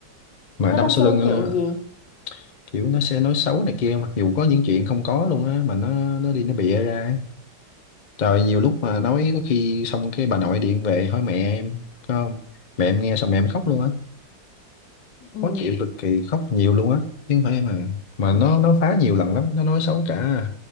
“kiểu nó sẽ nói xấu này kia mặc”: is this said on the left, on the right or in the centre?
Left